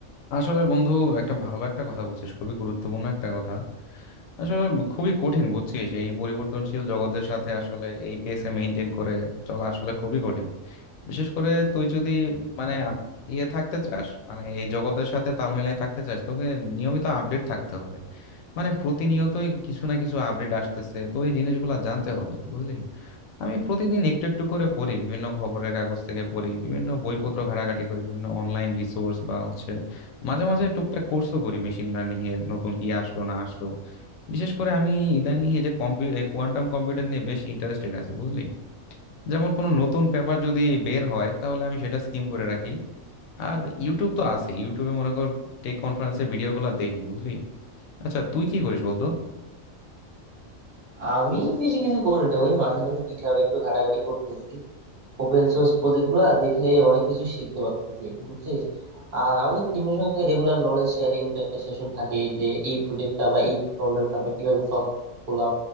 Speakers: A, on the left; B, on the right.
A: আসলে বন্ধু একটা ভালো একটা কথা বলছিস খুবই গুরুত্বপূর্ণ একটা কথা আসলে খুবই কঠিন বুঝছিস এই পরিবর্তনশীল জগতের সাথে আসলে এই পেসে মেনটেন করে চলা আসলে খুবই কঠিন বিশেষ করে তুই যদি মানে ইয়ে থাকতে চাস মানে এই জগতের সাথে তাল মিলাই থাকতে চাস তোকে নিয়মিত আপডেট থাকতে হবে মানে প্রতিনিয়তই কিছু না কিছু আপডেট আসতেছে তো এই জিনিসগুলো জানতে হবে বুঝলি আমি প্রতিদিন একটু একটু করে পড়ি বিভিন্ন খবরের কাগজ থেকে পড়ি বিভিন্ন বইপত্র ঘাটাঘাটি করি বিভিন্ন অনলাইন রিসোর্স বা হচ্ছে মাঝে মাঝে টুকটাক কোর্সও করি মেশিন লার্নিং এর নতুন কি আসলো না আসলো বিশেষ করে আমি ইদানিং এই যে কোয়ান্টাম কম্পিউটার নিয়ে বেশ ইন্টারেস্টেড আছি বুঝলি যেমন কোনো নতুন পেপার যদি বের হয় তাহলে আমি সেটা স্কিম করে রাখি আর ইউটিউব তো আছে ইউটিউবে মনে কর টেক কনফারেন্সের ভিডিওগুলো দেখি বুঝলি আচ্ছা তুই কি করিস বলতো
B: আমি বেশি কিছু করি না ওই মাঝে মাঝে গিটহাবে একটু ঘাটাঘাটি করতেছি ওপেন সোর্স প্রজেক্ট গুলা দেখলে অনেক কিছু শিখতে পারতেছি বুঝছিস আর আমাদের টিমের সঙ্গে রেগুলার নলেজ শেয়ারিং তো একটা সেশন থাকে যে এই প্রজেক্টটা বা এই প্রবলেমটা আমরা কিভাবে সলভ করলাম